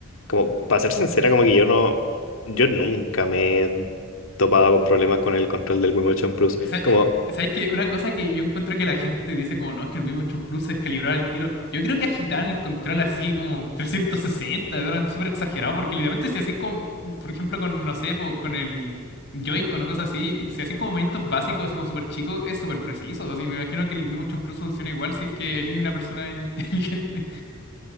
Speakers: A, on the left; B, on the left.
A: como, para ser sincera, como que yo no, yo nunca me he topado con problemas con el control del Wii Motion Plus.
B: Sa-
A: Como,
B: eh, ¿Sabes qué? Una cosa que yo encuentro que la gente dice como, no, es que el Wii Motion Plus se descalibraba el tiro. Yo creo que agitaban el control así como 360 eran súper exagerado porque literalmente si así como, por ejemplo, con, no sé, po, con el Joy-Con o cosas así, si así como movimientos básicos, así como súper chicos, es súper preciso. Así me imagino que el Wii Motion Plus funciona igual si es que eres una persona inteligente.